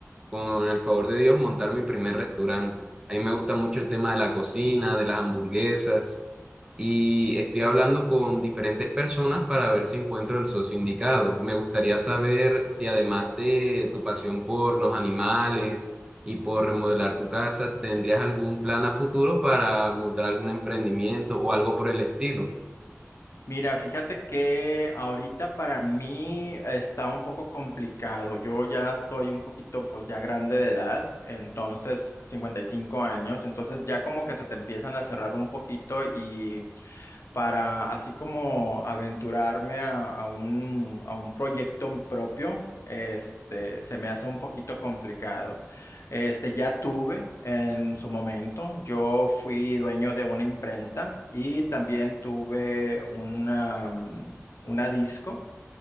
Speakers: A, on the right; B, on the left.
A: con el favor de Dios montar mi primer restaurante. A mí me gusta mucho el tema de la cocina, de las hamburguesas y estoy hablando con diferentes personas para ver si encuentro el socio indicado. Me gustaría saber si además de tu pasión por los animales y por remodelar tu casa, tendrías algún plan a futuro para montar algún emprendimiento o algo por el estilo.
B: Mira, fíjate que ahorita para mí está un poco complicado. Yo ya estoy un poquito, pues ya grande de edad, entonces 55 años, entonces ya como que se te empiezan a cerrar un poquito y para así como aventurarme a, a un, a un proyecto propio, este, se me hace un poquito complicado. Este, ya tuve en su momento, yo fui dueño de una imprenta y también tuve una, mm, una disco.